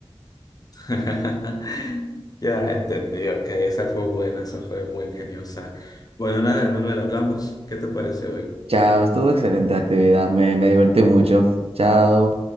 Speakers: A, on the left; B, on the right.
A: <laughs> Ya entendí, ok. Esa fue buena, esa fue muy ingeniosa. Bueno, nada, Manuel, hablamos. ¿Qué te parece hoy?
B: Chao, estuvo excelente la actividad, me, me divertí mucho. Chao.